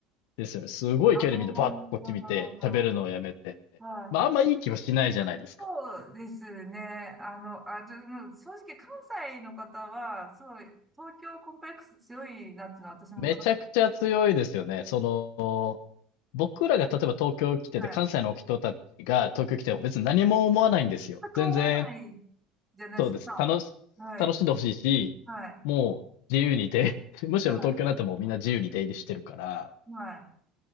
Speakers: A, on the left; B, in the centre.
A: ですよね。すごい距離みんなバッとこっち見て、
B: あー
A: 喋るのをやめて。
B: はい。
A: まあ、あんまいい気はしないじゃないですか。
B: そうですね。あの、あ、ちょ、正直関西の方は、すごい、東京コンプレックス強いなっていうのは私もか、
A: めちゃくちゃ強いですよね。その、僕らが例えば東京来てて、
B: はい。
A: 関西の人たちが東京来ても別に何も思わないんですよ。
B: うん全く思わない
A: 全然、
B: じゃないですか。
A: そうです。楽し、
B: まあはい。
A: 楽しんでほしいし、
B: はい。
A: もう自由に出、<laughs> むしろ東京なんてもうみんな自由に出入りしてるから。
B: はい。はい。